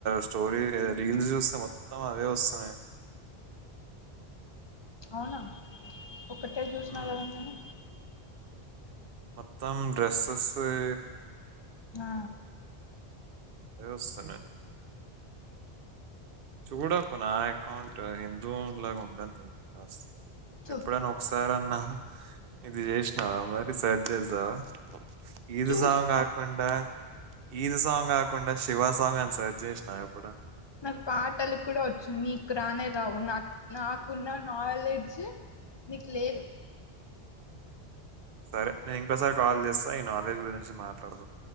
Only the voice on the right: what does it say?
స్టోరీ రీల్స్ చూస్తే మొత్తం అవే వస్తున్నాయి
ఉమ్,
మొత్తం డ్రెస్సస్స్ ఎ
అదే వస్తున్నాయి చూడకు నాయకౌంట్ హిందూ ఇలాగా ఉండని ఇది కాస్త
ఎప్పుడైన్నా ఒకసారి అన్నా ఇది చేసినావా మరి సరి చేసావా ఈద్
సాంగ్ గాకుండా ఈదు సాంగ్ గాకు కొండ శివ సాంగ్ అని సెర్ట్ చేసనా వ
సరే నేను ఇంకోసారి కాల్ చేస్తా ఈ నాలెడ్జ్ గురించి మాట్లాడుదాం